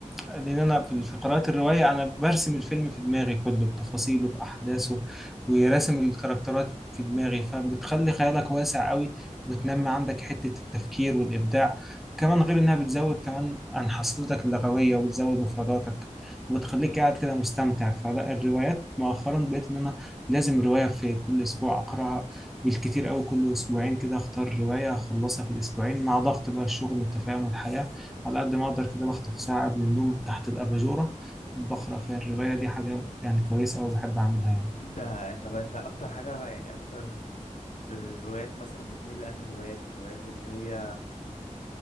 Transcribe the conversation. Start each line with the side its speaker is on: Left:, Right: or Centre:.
Centre: لان انا في في قراءة الرواية انا برسم الفيلم في دماغي كله بتفاصيله باحداثه وراسم الكاركترات في دماغي فبتخلي خيالك واسع قوي وبتنمي عندك حتة التفكير والابداع وكمان غير انها بتزود كمان عن حصيلتك اللغوية وبتزود مفرداتك وبتخليك قاعد كده مستمتع فلا الروايات مؤخرا بقيت ان انا لازم رواية في كل اسبوع اقراها بالكتير قوي كل اسبوعين كده اختار رواية اخلصها في الاسبوعين مع ضغط بقى الشغل انت فاهم والحياة على قد ما أقدر كده بخطف ساعة قبل النوم تحت الأباجورة بقرأ فيها الرواية دي حاجة يعني كويسة أوي بحب أعملها يعني
Left: ده انت بقى انت اكتر حاجة بقى يعني اكتر الروايات مثلا بتميل لانهي الروايات الروايات اللي هي